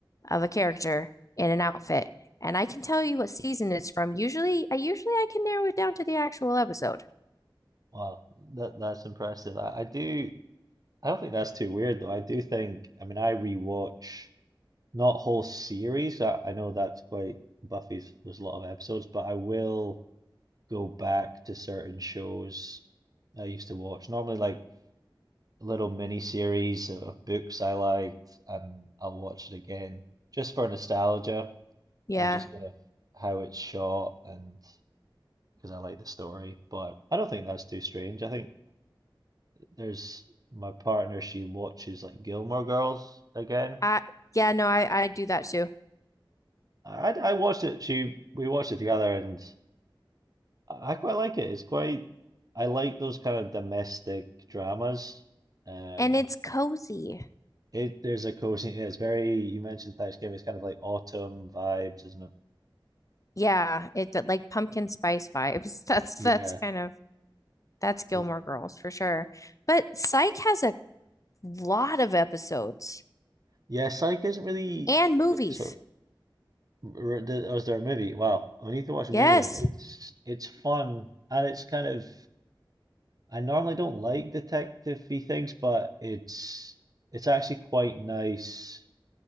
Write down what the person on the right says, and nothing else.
Wow, that that's impressive. I, I do I don't think that's too weird though. I do think I mean I rewatch Not whole series. I, I know that's quite Buffy's, there's a lot of episodes, but I will go back to certain shows I used to watch. Normally, like little mini series of, of books I liked, and I'll watch it again just for nostalgia
and just kind of how it's shot and because I like the story. But I don't think that's too strange. I think there's my partner, she watches like Gilmore Girls again.
I, I watched it. She we watched it together, and I I quite like it. It's quite, I like those kind of domestic dramas. Um,
it there's a cozy. yeah, It's very. You mentioned Thanksgiving. It's kind of like autumn vibes, isn't it?
Yeah.
It's
yeah. Psych isn't really
like so. r- the- Was there a movie? Wow, I need to watch a
movie then. It's it's fun and it's kind of. I normally don't like detective-y things, but it's it's actually quite nice